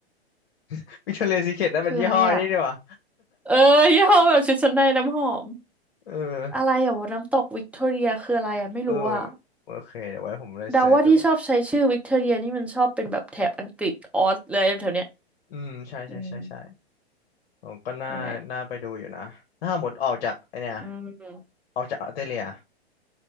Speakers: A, on the left (about 60°); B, in the centre.
A: <laughs> วิกตอเรียซีเคร็ตนั่นมันยี่ห้อไอนี่ดีกว่า
B: คืออะไรอ่ะเออยี่ห้อแบบชุดชั้นในน้ำหอม
A: <laughs> เออ
B: อะไรอ่ะวะน้ำตกวิกตอเรียคืออะไรอ่ะไม่รู้อ่ะ
A: เออโอเคเดี๋ยวไว้ผมเลยเซิร์ชดู
B: เดาว่าที่ชอบใช้ชื่อวิกตอเรียนี่มันชอบเป็นแบบแถบอังกฤษออสเลยแถวเนี้ย
A: อืมใช่ใช่ใช่ใช่
B: อืม
A: ผมก็น่าน่าไปดูอยู่นะถ้าหมดออกจากไอเนี่ย
B: นั่นแหละอืม
A: ออกจากออสเตรเลีย